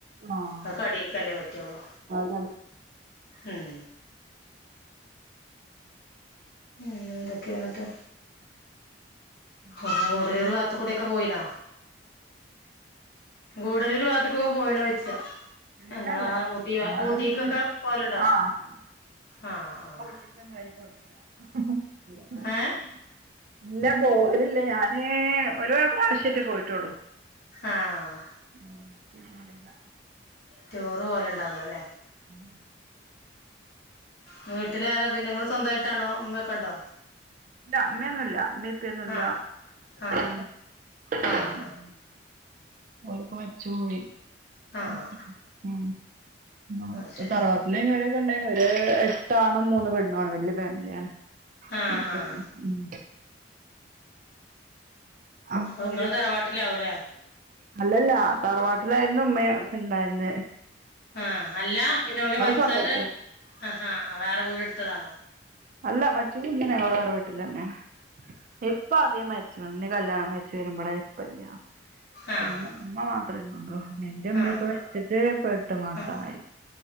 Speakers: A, on the right; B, on the left.
A: ആഹ്
B: അത് കടീക്കല്ലേ പറ്റുള്ളു
A: അത്
B: ഉം പിന്ന എന്തൊക്കെന്ന്‌ട്ട്?
A: കണ്ടിട്ടില്ല
B: ആ ഗൂഡല്ലൂര് ഭാത്ത്ക്കൂടൊക്കെ പോയിനോ ഗൂടല്ലൂർ ഭാഗത്ത്ക്ക്ക്കെ പോയ്ണോയ്ച്ച
A: ഇല്ലല്ല
B: ഞങ്ങളാ ഊട്ടി
A: അതൊന്നും
B: ഊട്ടീക്കോക്കെ പോവലുണ്ടോ?
A: ആഹ്
B: ആഹ് ആഹ്
A: <unintelligible>
B: ഏഹ്
A: ഇല്ല പോവലില്ല. ഞാനെ ഒരു പ്രാവശ്യല്ല്യേ പോയിട്ടുള്ളൂ.
B: ആഹ
A: <inaudible>
B: ടൂറ് പോവല്ണ്ടാവൂല ലേ
A: ഉം
B: ഉം വീട്ടിലാരാപിന്നെ നിങ്ങൾ സ്വന്തായിട്ടാണോ ഉമ്മേക്കണ്ടോ
A: ഇല്ല അമ്മയൊന്നുല്ല അമ്മ ഇക്കയൊന്നുല്ല
B: ആഹ് ആഹ്
A: <inaudible>
B: ആഹ് ആഹ്
A: ഓലപ്പ മരിച്ചു പോയി
B: ആഹ്
A: <unintelligible> അ ന്ന ഓല്
B: അത് ശരി
A: തറവാട്ട ഇല്ല ഇന്നേരൊക്കെ ഉണ്ടായിന് ഒരു എട്ടാനും മൂന്ന് പെണ്ണും ആണ് വല് ഫാമിലിയണ്
B: ആഹ്
A: പ്പെ
B: ആഹ്
A: ഉം അപ്പൊ
B: ങ്ങള്
A: ഓരൊക്കെ
B: തറവാട്ടിലാവൂലേ
A: അല്ലല്ല താറവാട്ടിലായന്ന് ഉമ്മയ ണ്ടായിരുന്ന്
B: ആ അല്ല പിന്നോല് മരിച്ചാരെ
A: സ്വന്തായിട്ട്
B: അഹാ ആ വേറെ വീട് ട്ത്തതാണോ
A: അല്ല <unintelligible> വേറെ വീട്ടിലന്നെയാണ് ഇപ്പ ആദ്യമായി ചുണ്ണി കല്യാണം കഴിച്ച് വെരുമ്പളേ പ്പല്ല
B: ആഹ് ആഹ്
A: പിന്നെ ഉമ്മ മാത്രന്നേ ഉള്ളൂ ഇന്റെ ഉമ്മിം
B: ആഹ്
A: പ്പം മരിച്ചിട്ട് പ്പോ എട്ട് മാസായി
B: ആഹ്